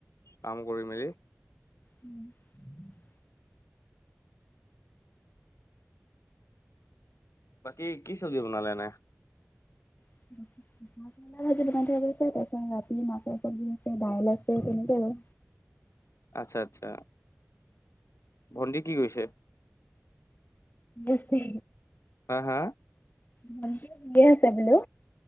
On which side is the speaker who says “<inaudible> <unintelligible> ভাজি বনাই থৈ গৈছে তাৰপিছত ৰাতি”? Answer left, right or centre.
Left